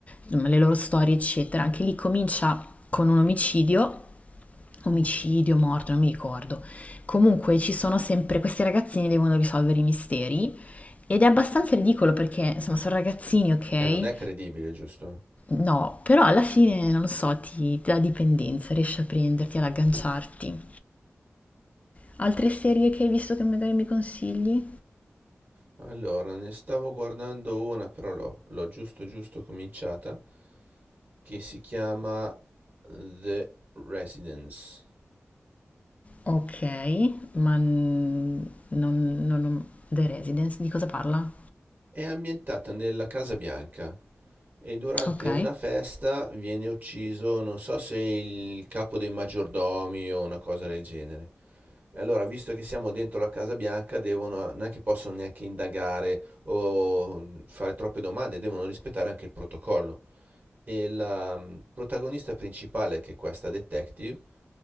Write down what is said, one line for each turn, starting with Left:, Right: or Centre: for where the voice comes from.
Left: insomma, le loro storie, eccetera. Anche lì comincia con un omicidio, omicidio, morto, non mi ricordo. Comunque ci sono sempre questi ragazzini che devono risolvere i misteri Ed è abbastanza ridicolo perché, insomma, sono ragazzini, ok?
Right: E eh, non è credibile, giusto?
Left: No, però alla fine, non lo so, ti, ti dà dipendenza, riesci a prenderti, ad agganciarti. Altre serie che hai visto che magari mi consigli?
Right: Allora, ne stavo guardando una, però l'ho l'ho giusto giusto cominciata, che si chiama The Residence.
Left: Ok, ma n- non, non, non- The Residence, di cosa parla?
Right: È ambientata nella Casa Bianca e durante
Left: Ok,
Right: una festa viene ucciso, non so se il capo dei maggiordomi o una cosa del genere. E allora, visto che siamo dentro la Casa Bianca, devono, non è che possono neanche indagare o fare troppe domande, devono rispettare anche il protocollo. E la mm, protagonista principale, che è questa detective,